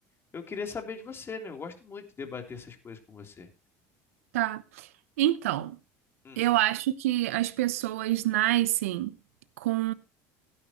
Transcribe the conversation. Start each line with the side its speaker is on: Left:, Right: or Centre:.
Left: Eu queria saber de você, né? Eu gosto muito de debater essas coisas com você.
Right: Tá. Então,
Left: Hum,
Right: eu acho que as pessoas nascem com